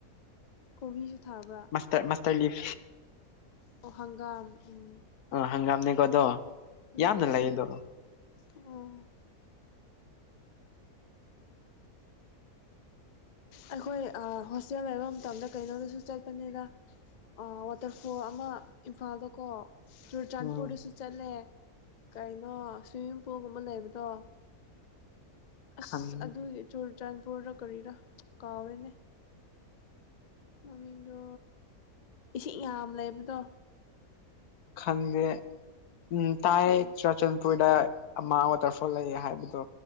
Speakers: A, on the left (about 60°); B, on the left (about 85°).
A: ꯀꯣꯕꯤꯖꯨ ꯊꯥꯕ꯭ꯔꯥ
B: ꯃꯁꯇꯔ ꯃꯁꯇꯔ ꯂꯤꯞ
A: ꯑꯣ ꯍꯪꯒꯥꯝ ꯎꯝ
B: ꯑ ꯍꯪꯒꯥꯝꯅꯦꯀꯣ ꯑꯗꯣ
A: ꯎꯝ
B: ꯌꯥꯝꯅ ꯂꯩꯌꯦꯗꯣ
A: ꯑꯣ ꯑꯩꯈꯣꯏ ꯑ ꯍꯣꯁꯇꯦꯜ ꯂꯩꯕ ꯃꯇꯝꯗ ꯀꯩꯅꯣꯗꯁꯨ ꯆꯠꯄꯅꯤꯗ ꯑ ꯋꯥꯇꯔꯐꯣꯜ ꯑꯃ ꯏꯝꯐꯥꯜꯗꯀꯣ ꯆꯨꯔꯆꯥꯟꯄꯨꯔꯗꯁꯨ
B: ꯎꯝ
A: ꯆꯠꯂꯦ ꯀꯩꯅꯣ ꯁ꯭ꯋꯤꯃꯤꯡ ꯄꯨꯜꯒꯨꯝꯕ ꯂꯩꯕꯗꯣ ꯑꯁ
B: ꯈꯪ
A: ꯑꯗꯨꯒꯤ ꯆꯨꯔꯆꯥꯟꯄꯨꯔꯔ ꯀꯔꯤꯔ ꯀꯥꯎꯔꯦꯅꯦ ꯃꯃꯤꯡꯗꯣ ꯏꯁꯤꯡ ꯌꯥꯝ ꯂꯩꯕꯗꯣ
B: ꯈꯪꯗꯦ ꯎꯝ ꯇꯥꯏ
A: ꯏꯁꯄꯤꯠ
B: ꯆꯨꯔꯆꯥꯟꯄꯨꯔꯗ ꯑꯃ ꯋꯥꯇꯔ ꯐꯣꯜ ꯂꯩ ꯍꯥꯏꯕꯗꯣ